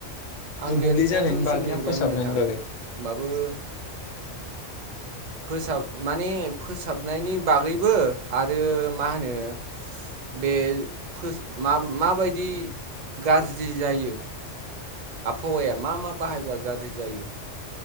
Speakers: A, on the right; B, on the left.
A: आं
B: गुबुंले
A: लिरनायाथ'
B: जानायनि
A: एसे
B: बागै
A: लिरबायमोन
B: ना फोसाबनायनि
A: नोंथां
B: बागै
A: होमबाबो <inaudible> फोसाब माने फोसाबनायनि बागैबो आरो मा होनो बे फो मा-माबायदि गाज्रि जायो आबहावाया मा मा बाहायबा गाज्रि जायो।